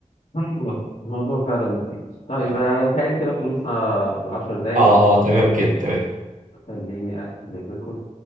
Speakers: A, on the left; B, on the right.
A: أيوة، الموضوع فعلا مفيد طيب
B: اه
A: آه، بيتهيألي كده خلصنا العشر دقايق
B: اه آه، تمام كده تمام
A: خليني أقفل الريكورد